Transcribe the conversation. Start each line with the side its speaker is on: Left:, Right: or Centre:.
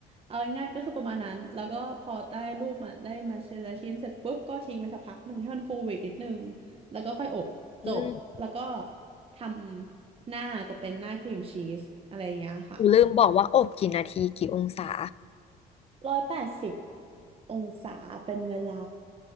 Right: เอาง่ายๆก็คือประมาณนั้นแล้วก็พอได้รูปมาได้มาชิ้นละชิ้นเสร็จปุ๊บก็ทิ้งไปสักพักหนึ่งให้มันฟูอีกนิดนึงแล้วก็ค่อยอบจบแล้วก็
Left: อืม
Right: ทำหน้าจะเป็นหน้าครีมชีสอะไรอย่างเงี้ยค่ะ
Left: กูลืมบอกว่าอบกี่นาทีกี่องศา
Right: ร้อยแปดสิบองศาเป็นเวลา